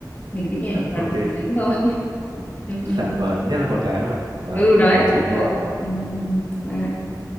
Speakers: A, on the left; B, on the right.
A: mình cứ nhẹ nhàng
B: ok
A: tĩnh thôi <laughs>
B: Ừ.
A: ừ, ừ.
B: dạ vâng ạ. nhất là con gái mà vâng
A: ừ đấy
B: cảm ơn chị
A: đúng
B: nha
A: rồi ừ, ừ, ừ. Bye.